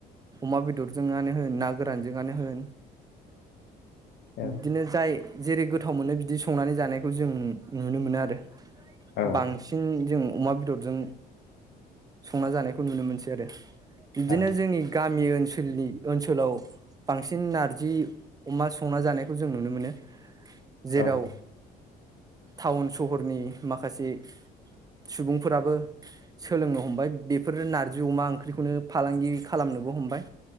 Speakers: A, on the right (about 20°); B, on the left (about 75°).
A: अमा बेदरजों आनो होन ना गोरानजों आनो होन।
B: औ
A: बिदिनो जाय जेरै गोथाव मोनो बिदि संनानै जानायखौ जों नुनो मोनो आरो।
B: औ
A: बांसिन जों अमा बेदरजों संना जानायखौ नुनो मोनसै आरो। बिदिनो
B: औ
A: जोंनि गा मि ओनसोलनि ओनसोलाव बांसिन नारजि अमा संना जानाय खौ जों नुनो मोनो। जेराव
B: औ
A: टाउन सहरनि माखासे सुबुंफोराबो सोलोंनो हमबाय बेफोर नारजि अमा ओंख्रिखौनो फालांगि खालामनोबो हमबाय।